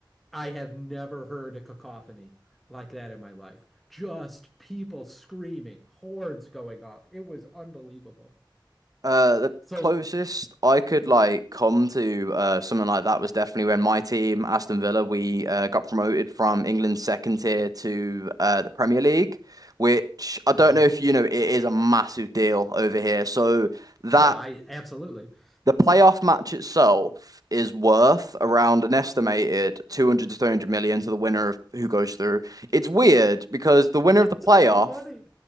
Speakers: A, in the centre; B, on the right.
A: I have never heard a cacophony like that in my life. Just people screaming, horns going off. It was unbelievable.
B: Uh, the
A: So,
B: closest I could like come to uh, something like that was definitely when my team, Aston Villa, we uh, got promoted from England's second tier to uh, the Premier League, which I
A: uh,
B: don't know if you know, it is a massive deal over here. So. That
A: oh, I absolutely. <laughs>
B: The playoff match itself is worth around an estimated 200 to 300 million to the winner of who goes through. It's weird because the winner
A: It's
B: of the playoff
A: so much money.